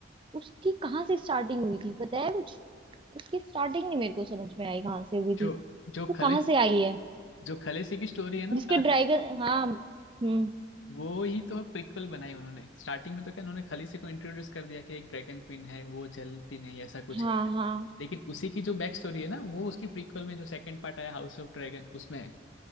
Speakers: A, on the right (about 25°); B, on the left (about 90°).
A: उसकी कहाँ से स्टार्टिंग हुई थी पता है कुछ उसकी स्टार्टिंग नहीं मेरे को समझ में आई कहाँ से हुई थी
B: जो जो
A: वो
B: खले
A: कहाँ से आई है
B: जो खलेसी की स्टोरी है ना
A: जिसके
B: वो कहाँ
A: ड्रैगन
B: से
A: हाँ हम्म
B: वो ही तो प्रिक्वल बनाई उन्होंने स्टार्टिंग में तो क्या उन्होंने खाली से को इंट्रोड्यूस कर दिया कि एक ड्रैगन क्वीन है वो जलती नहीं ऐसा कुछ
A: हाँ
B: है
A: हाँ
B: लेकिन उसी की जो बैक स्टोरी है ना वो उसकी प्रीक्वल में जो सेकंड पार्ट आया हाउस ऑफ ड्रैगन उसमें है